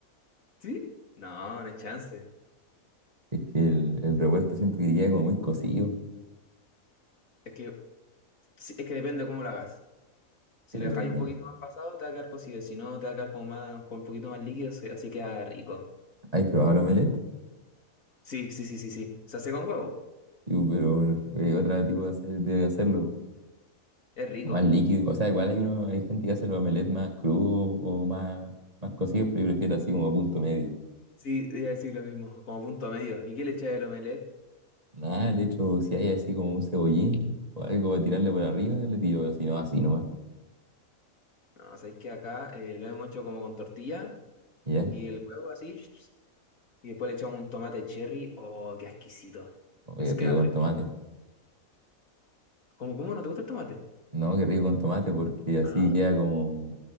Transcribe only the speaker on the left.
¿Sí? No, no hay chance.
Es que, sí, es que depende cómo lo hagas. Si
lo dejáis
un poquito más pasado, te va a quedar cocido. Si no, te va a quedar como más, con un poquito más líquido, se- así queda rico.
Sí, sí, sí, sí, sí. Se hace con huevo.
Es rico.
Sí, iba a decir lo mismo, como punto medio. ¿Y qué le echáis al omelette?
No, sabéis que acá eh, lo hemos hecho como con tortilla
y el huevo así. <sniffs> Y después le echamos un tomate cherry. Oh, qué exquisito.
Eso queda
fresco.
¿Cómo, cómo no te gusta el tomate?
Ah.